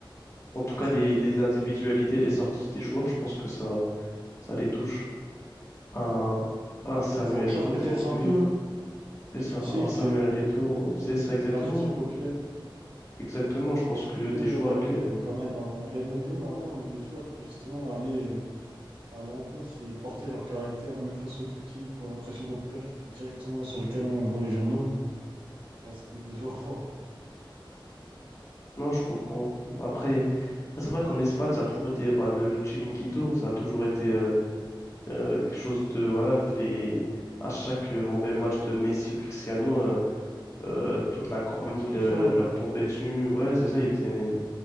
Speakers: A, on the right; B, on the left.
A: C'est
B: En tout
A: vrai
B: cas,
A: que ça,
B: les,
A: tou-
B: les individualités, les sorties des joueurs, je pense que ça, ça les touche. Un, voilà,
A: ça
B: un Samuel
A: les entrave
B: Eto'o
A: peut-être
B: aujourd'hui,
A: un peu, les
B: c'est ça,
A: critiques
B: un Samuel
A: et,
B: Eto'o,
A: et
B: c'est ça exactement.
A: la pression populaire.
B: Exactement, je pense
A: Mais je
B: que
A: trouve qu'il
B: des joueurs
A: y en avait
B: que...
A: une quand même avant. Il y en avait une avant et les joueurs qui justement allaient euh, à l'encontre et portaient leur caractère même face aux critiques ou à la pression populaire qui était directement sur le terrain ou dans les journaux. Bah, c'était des jours forts.
B: Non, je comprends. Après, c'est vrai qu'en Espagne, ça a toujours été bah, le Chiringuito, ça a toujours été euh, euh, quelque chose de... Voilà, avec les... À chaque euh, mauvais match de Messi ou Cristiano, euh, euh, toute la chronique
A: Les discours
B: le-
A: changent.
B: leur tombait dessus. Ouais, c'est ça, ils faisaient les,